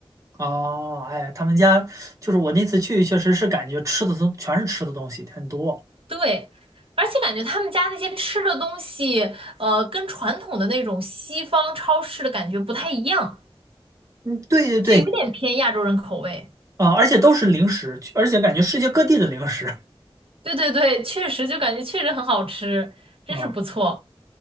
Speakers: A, on the right (about 35°); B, on the right (about 70°).
A: 哦，哎，他们家就是我那次去，确实是感觉吃的都全是吃的东西很多。
B: 对，而且感觉他们家那些吃的东西，呃，跟传统的那种西方超市的感觉不太一样，
A: 嗯，对对对，
B: 就有点偏亚洲人口味。
A: 啊、而且都是零食，而且感觉世界各地的零食。<laughs>
B: 对对对，确实就感觉确实很好吃，真是不错。
A: 啊、